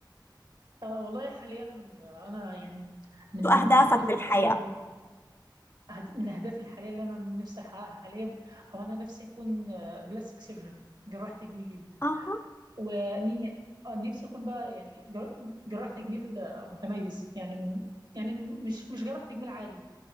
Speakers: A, on the right; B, on the left.
A: آه والله حاليا انا يعني من
B: شو أهدافك
A: اهدافي
B: بالحياة؟
A: الحاليه هد- من أهدافي الحالية اللي أنا نفسي أحققها حاليا هو أنا نفسي أكون آه، بلاستيك سيرجن جراح تجميل
B: أها
A: وني آه، نفسي أكون بقى يعني جر- جراح تجميل آه، متميز يعني م- يعني م- مش مش جراح تجميل عادي